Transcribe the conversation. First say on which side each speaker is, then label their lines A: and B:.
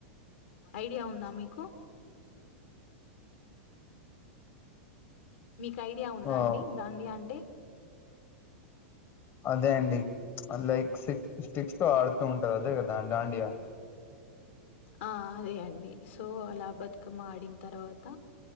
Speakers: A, on the left; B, on the left.
A: ఐడియా ఉందా మీకు మీకు ఐడియా ఉందా
B: ఓ
A: అండి దాన్ని అంటే
B: అదే అండి లైక్ సిక్స్ స్టిక్స్ తో ఆడుతూ ఉంటారు అదే కదా దాండియా
A: ఆ అదే అండి సో అలా బతుకమ్మ ఆడిన తర్వాత